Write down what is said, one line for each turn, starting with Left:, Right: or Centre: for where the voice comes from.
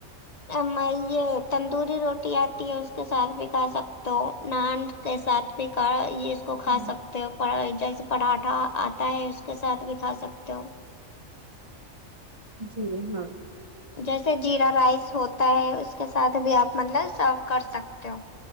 Left: امایہ تندوری روٹی آتی ہے اس کے ساتھ بھی کھا سکتے ہو نان کے ساتھ بھی کھا یہ اس کو کھا
Right: ہیں؟
Left: سکتے ہو جیسے پراٹھا آتا ہے اس کے ساتھ بھی کھا سکتے ہو
Right: جی ہاں
Left: جیسے جیرا رائس ہوتا ہے اس کے ساتھ بھی آپ مطلب سرو کر سکتے ہو